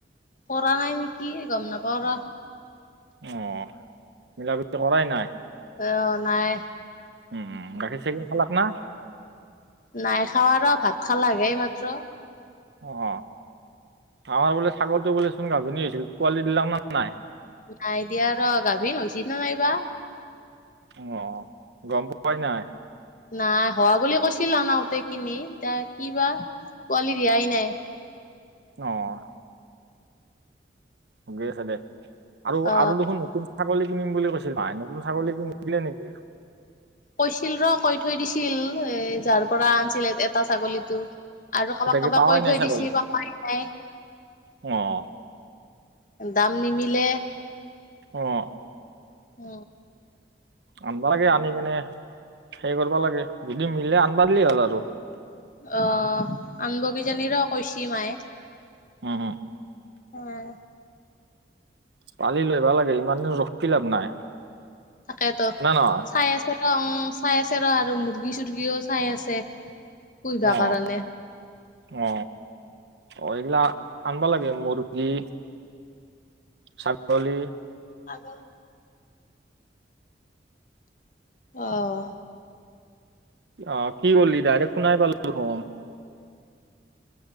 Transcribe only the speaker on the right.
অহ, মিলাপতি কৰাই নাই।
উম, গাখীৰ -চাখীৰ খালাক না?
অহ, আমাৰ বোলে ছাগলটো বোলেছোন গাভিনী হৈছিল পোৱালি দিলাক নে নাই?
অহ, গম পোৱাই নাই?
অহ <unintelligible> আছে দে আৰু-
আৰু দেখোন নতুন ছাগলী কিনিম বুলি কৈছিল মাই নতুন ছাগলী কিন দিলে নেকি?
এতিয়াকে
পাৱাই
নাই
ছাগলী
অ',
অহ
আনিবা লাগে আনি কেনে হে কৰিবা লাগে যদি মিলে আনিবা দিলে হ'ল আৰু
উম
কালিলৈ লই আহিব লাগে ইমান দিন ৰখি লাভ নাই।
না নহয়
অহ
অহ অ হয় দিয়া আনবা লাগে মুৰ্গী ছাগলী
অহ কি কৰিলি ডাইৰেক শুনাই পালো মই